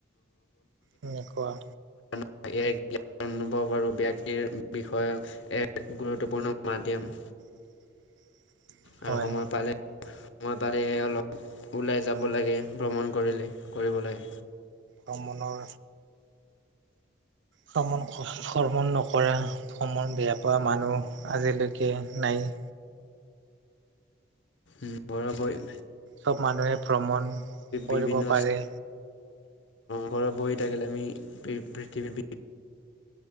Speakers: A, on the right; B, on the left.
A: কেনেকুৱা
B: চাগে জ্ঞান অনুভৱ আৰু ব্যক্তিৰ বিষয়ে এক গুৰুত্বপূৰ্ণ মাধ্যম
A: <inaudible> হয়
B: আৰু সময় পালে সময় পালে অলপ ওলাই
A: আৰু
B: যাব লাগে ভ্ৰমণ কৰিলে কৰিবলৈ
A: ভ্ৰমণৰ ভ্ৰমণ ভ্ৰমণ নকৰা ভ্ৰমণ বেয়া পোৱা মানুহ আজিলৈকে নাই
B: উম বৰাবৰ এ
A: চব মানুহে ভ্ৰমণ কৰিব
B: বিভিন্ন
A: পাৰে।
B: ঘৰত বহি থাকিলে আমি পৃথিৱী